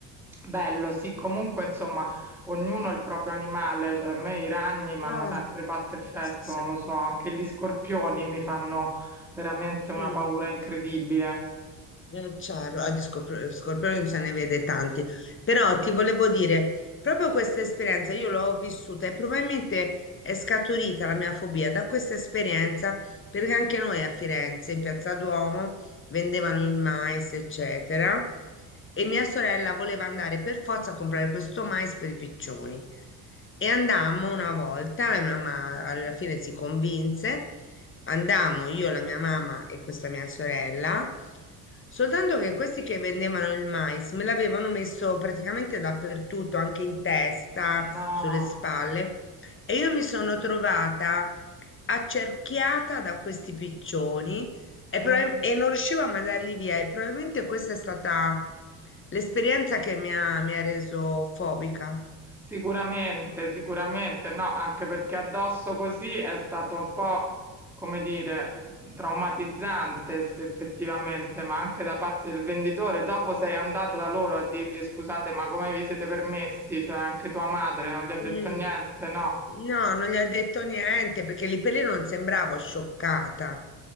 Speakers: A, in the centre; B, on the left (about 25°).
A: bello, sì, comunque insomma ognuno ha il proprio animale, cioè a me i ragni
B: <laughs>
A: mi hanno sempre fatto effetto,
B: Sì.
A: non lo so, anche gli scorpioni mi fanno veramente una
B: Mm.
A: paura incredibile.
B: Eh, Certo, ah, di scop- scorpioni se ne vede tanti, però ti volevo dire, proprio questa esperienza io l'ho vissuta e probabilmente è scaturita la mia fobia da questa esperienza, perché anche noi a Firenze, in Piazza Duomo, vendevano il mais, eccetera, e mia sorella voleva andare per forza a comprare questo mais per i piccioni. E andammo una volta, la mia mamma alla fine si convinse, andammo io, la mia mamma e questa mia sorella. Soltanto che questi che vendevano il mais me l'avevano messo praticamente dappertutto, anche in testa,
A: No,
B: sulle spalle, e io mi sono trovata accerchiata da questi piccioni e, proba-
A: sì.
B: e non riuscivo a mandarli via. E probabilmente questa è stata l'esperienza che mi ha, mi ha reso fobica.
A: Sicuramente, sicuramente, no, anche perché addosso così è stato un po', come dire, traumatizzante se effettivamente, ma anche da parte del venditore. Dopo sei andata da loro a dirgli scusate, ma come vi siete permessi? Cioè anche tua madre non gli ha detto
B: Mm,
A: niente, no?
B: No, non gli ho detto niente perché lì per lì non sembravo scioccata.